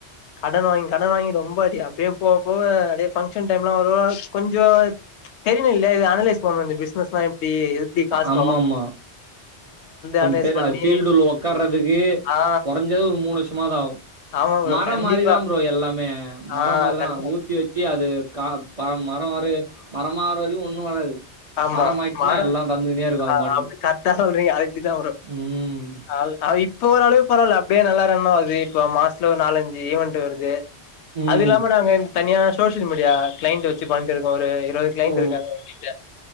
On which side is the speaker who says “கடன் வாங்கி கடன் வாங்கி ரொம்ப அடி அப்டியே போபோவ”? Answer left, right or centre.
Left